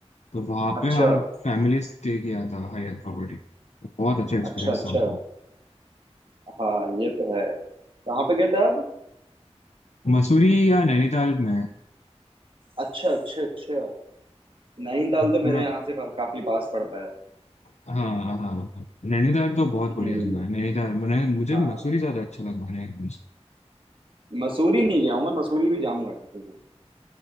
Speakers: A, on the left; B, on the right.
A: तो वहाँ
B: अच्छा
A: पे हम फैमिली स्टे किया था हायर प्रॉपर्टी बहुत अच्छा एक्सपीरियंस
B: अच्छा अच्छा
A: था हमारा
B: हाँ ये तो है कहाँ पे गए थे आप
A: मसूरी या नैनीताल में
B: अच्छा अच्छा अच्छा नैनीताल तो
A: थोड़ा
B: मेरे यहाँ से का, काफी पास पड़ता है
A: हाँ हाँ हाँ। नैनीताल तो बहुत
B: हम्म
A: बढ़िया जगह है नैनीताल मैंने मुझे
B: हाँ
A: मसूरी ज्यादा अच्छा लगा नैनीताल से।
B: मसूरी नहीं गया हूँ मैं मसूरी भी जाऊंगा किसी दिन